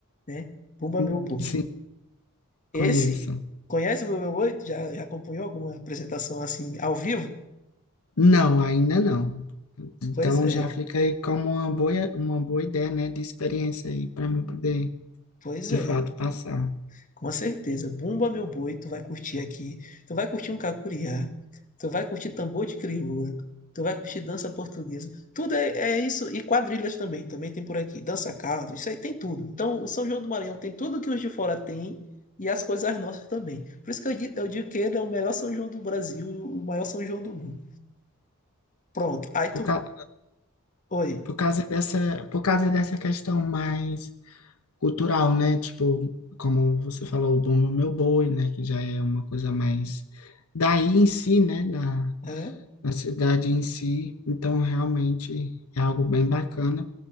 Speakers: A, on the left; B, on the left.
A: né? Bumba
B: sim,
A: Meu Boi.
B: sim, conheço.
A: Esse, conhece o Bumba Meu Boi? Já, já acompanhou alguma apresentação assim, ao vivo?
B: Não, ainda não. Então,
A: Pois é,
B: já fica aí como uma boa, uma boa ideia, né, de experiência aí, para mim poder,
A: pois
B: de
A: é.
B: fato, passar.
A: Com certeza. Bumba meu boi, tu vai curtir aqui. Tu vai curtir um cacuriá. Tu vai curtir tambor de crioula. Tu vai curtir dança portuguesa. Tudo é, é isso. E quadrilhas também. Também tem por aqui. Dança caldo. Isso aí tem tudo. Então, o São João do Maranhão tem tudo que os de fora têm. E as coisas nossas também. Por isso que eu di- eu digo, que ele é o melhor São João do Brasil. O maior São João do mundo. Pronto. Aí
B: Por,
A: tu...
B: ca-
A: Oi.
B: por causa dessa, por causa dessa questão mais cultural, né? Tipo, como você falou, o Bumba Meu Boi, né? Que já é uma coisa mais daí em si, né? Da,
A: Hã?
B: a cidade em si. Então, realmente é algo bem bacana.